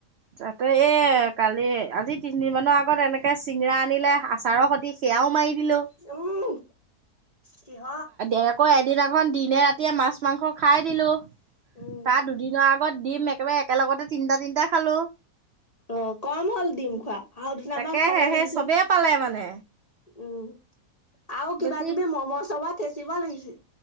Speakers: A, on the right; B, on the left.
A: তাতে এ কালি আজি তিনিদিন মানৰ আগত এনেকে চিঙৰা আনিলে। আচাৰৰ সতি সেয়াও মাৰি দিলো
B: উম, কি হয়?
A: আকৌ এদিনাখন দিনে ৰাতিয়ে মাছ, মাংস খাই দিলো। তাৰ
B: উম
A: দুদিনৰ আগ ডিম একেবাৰে একেলতে তিনিটা -তিনিটা খালো।
B: অ, কম হ'ল ডিম খোৱা, আৰু দুটামান
A: তাকেহে
B: খাব
A: সেই
B: লাগিছিল।
A: চবেই পালে মানে
B: উম, আৰু
A: বেছি
B: কিবা কিবি মম' চম থেচিব লাগিছিল।